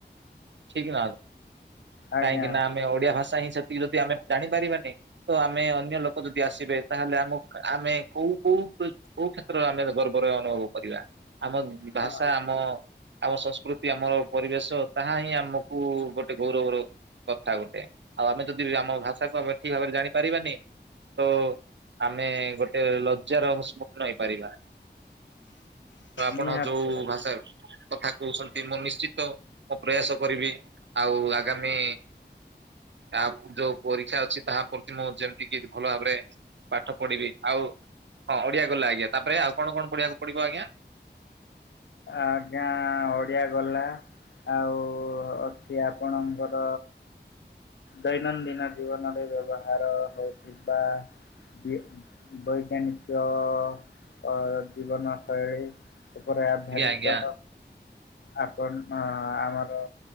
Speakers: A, on the right; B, on the left.
A: ଠିକ ନା,
B: ଆଜ୍ଞା,
A: କାହିଁକି ନା ଆମେ ଓଡିଆ ଭାଷା ହିଁ ସିଖିକି ଯଦି ଆମେ ଜାଣିପାରିବାନି ତ ଆମେ ଅନ୍ୟ ଲୋକ ଯଦି ଆସିବେ ତାହେଲେ ଆମକୁ ଆମେ କୋଉ-କୋଉ-କୋଉ କ୍ଷେତ୍ରରେ ଆମେ ଗର୍ବରେ ଅନୁଭବ କରିବା? ଆମ ଭାଷା
B: ହଁ
A: ଆମ ଆମ ସଂସ୍କୃତି, ଆମର ପରିବେଶ ତାହା ହିଁ ଆମକୁ ଗୋଟେ ଗୌରବର କଥା ଗୋଟେ, ଆଉ ଆମେ ଯଦି ଆମ ଭାଷାକୁ ଆମେ ଠିକ ଭାବରେ ଜାଣିପାରିବାନି ତ ଆମେ ଗୋଟେ ଲଜ୍ଜାର ସମ୍ମୁଖୀନ ହେଇପାରିବା। ତ ଆପଣ
B: ନିହାତି
A: ଯୋଉ
B: ଭାବରେ।
A: ଭାଷା କଥା କହୁଛନ୍ତି ମୁଁ ନିଶ୍ଚିତ ମୁଁ ପ୍ରୟାସ କରିବି, ଆଉ ଆଗାମୀ ତା ଯୋଉ ପରୀକ୍ଷା ଅଛି ତାହା ପ୍ରତି ମୁଁ ଯେମିତି କି ଭଲ ଭାବରେ ପାଠ ପଢିବି, ଆଉ ହଁ ଓଡିଆ ଗଲା ଆଜ୍ଞା, ତାପରେ ଆଉ କଣ କଣ ପଢିବାକୁ ପଡିବ ଆଜ୍ଞା?
B: ଆଜ୍ଞା ଓଡିଆ ଗଲା, ଆଉ ସିଏ ଆପଣଙ୍କର ଦୈନନ୍ଦିନ ଜୀବନରେ ବ୍ୟବହାର ହଉଛି ବା ବି ବୈଜ୍ଞାନିକ ଅ ଜୀବନ ଶୈଳୀ ଉପରେ ଆଧାରିତ
A: ଆଜ୍ଞା
B: ଆପଣ ଅ ଆମର